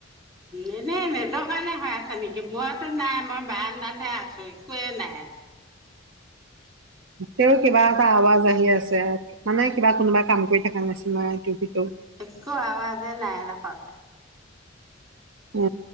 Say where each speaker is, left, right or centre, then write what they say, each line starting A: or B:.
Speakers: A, on the right; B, on the right.
A: এনেই নেটৰ কাৰণে হৈ আছে নেকি? মইতো নাই মই বাৰান্দাত, এই আছোঁ! একোৱে নাই?
B: তেওঁ কিবা এটা আৱাজ আহি আছে। মানে, কিবা কোনোবাই কাম কৰি থাকে। <unintelligible> টিভিটো?
A: একো আৱাজে নাই! এদখত।
B: অ